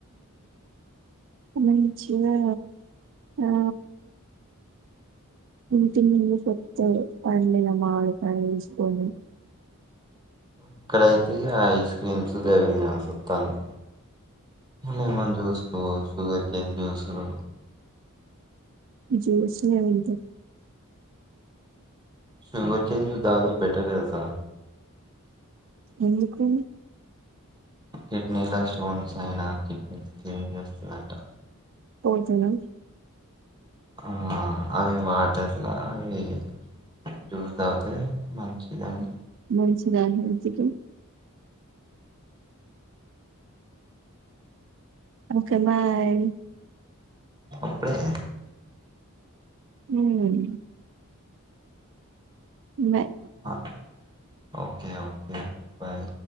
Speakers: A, on the right (about 60°); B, on the right (about 20°).
A: మంచిగా ఆ ఇంటి ముందు కొత్తగ పండిన మామిడికాయ తీసుకోని
B: ఇక్కడైతే ఆ ఐస్ క్రీమ్స్ గవే తినాల్సి వస్తంది. Lemon juice sugar cane juice అ
A: జ్యూస్లు అంటే
B: సుగెర్కాన్ జ్యూస్ తాగుతే బెటర్ తెల్సా
A: ఎందుకు
B: కిడ్నీలో స్టోన్స్ అయినా కిడ్నీ క్లీన్ చేస్తదంట.
A: పోతదా
B: ఆ అవి వాటర్ అలా అ జ్యూస్ తాగుతే మంచిదన్
A: మంచిదా హ నిజం ఒకే బాయ్
B: అప్పుడే
A: హమ్ బాయ్
B: ఒకే ఒకే బాయ్